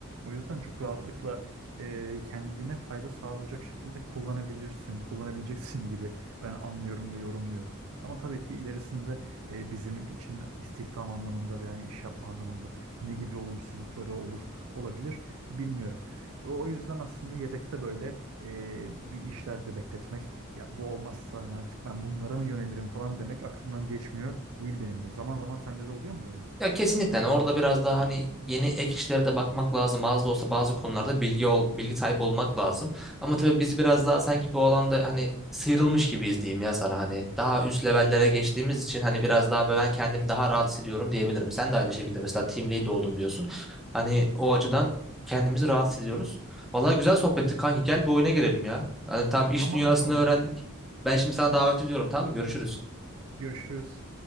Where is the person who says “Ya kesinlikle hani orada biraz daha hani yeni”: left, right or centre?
Centre